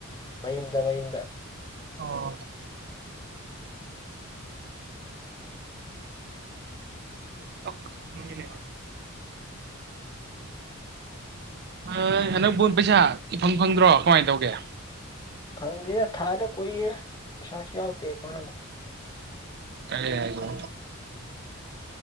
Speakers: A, on the left (about 20°); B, on the right (about 50°).
A: ꯃꯌꯨꯝꯗ ꯃꯌꯨꯝꯗ
B: ꯑꯣ <unintelligible> ꯑ ꯍꯅꯛꯕꯣꯟ ꯄꯩꯁꯥ ꯏꯐꯪ ꯐꯪꯗ꯭ꯔꯣ ꯀꯃꯥꯏꯅ ꯇꯧꯒꯦ꯫
A: ꯐꯪꯗꯦꯗ ꯊꯥꯗ ꯀꯨꯏꯔꯦꯗ ꯄꯩꯁꯥꯁꯨ ꯌꯥꯎ <unintelligible>
B: ꯀꯔꯤ ꯍꯥꯏꯒꯦ꯫